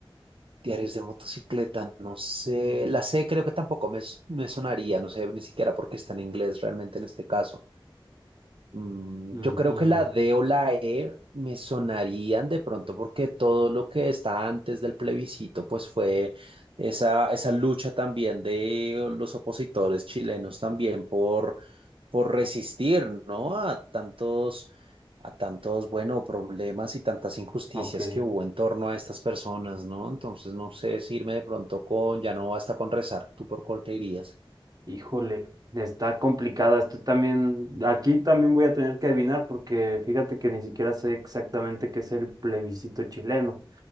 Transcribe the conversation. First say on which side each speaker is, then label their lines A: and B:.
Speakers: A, on the right; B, on the right.
A: diarios de motocicleta, no sé. La C creo que tampoco me, s- me sonaría, no sé ni siquiera porque está en inglés realmente en este caso. Mm,
B: Ujú,
A: yo creo que la D o la E me sonarían de pronto porque todo lo que está antes del plebiscito, pues fue esa, esa lucha también de los opositores chilenos también por, por resistir, ¿no? A tantos, a tantos, bueno, problemas y tantas injusticias
B: Ok,
A: que hubo en torno a estas personas, ¿no? Entonces, no sé si irme de pronto con, ya no basta con rezar, ¿tú por cuál te irías?
B: híjole, está complicada. Estoy también, aquí también voy a tener que adivinar porque fíjate que ni siquiera sé exactamente qué es el plebiscito chileno.